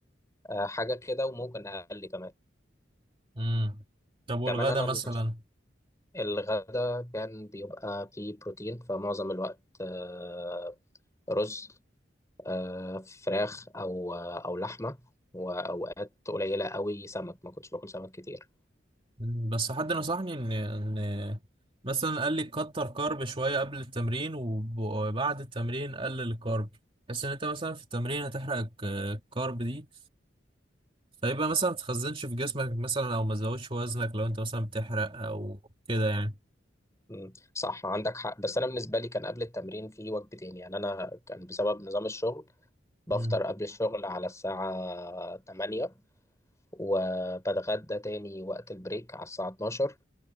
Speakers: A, on the left; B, on the right.
A: آه، حاجة كده وممكن أقل كمان
B: مم. طب والغدا
A: كمان أنا
B: مثلا
A: الغدا كان بيبقى فيه بروتين فمعظم الوقت آه، رز آه، فراخ أو آه، أو لحمة وأوقات قليلة قوي سمك ما كنتش باكل سمك كتير
B: مم. بس حد نصحني ان ان مثلا قال لي كتر كارب شوية قبل التمرين وب- وبعد التمرين قلل الكارب بس ان انت مثلا في التمرين هتحرق الك- الكارب دي فيبقى مثلا ما تخزنش في جسمك مثلا او ما تزودش وزنك لو انت مثلا بتحرق او كده يعني
A: مم، صح عندك حق بس أنا بالنسبة لي كان قبل التمرين في وجبتين يعني أنا كان بسبب نظام الشغل بفطر
B: مم.
A: قبل الشغل على الساعة 8 وبتغدى تاني وقت البريك على الساعة 12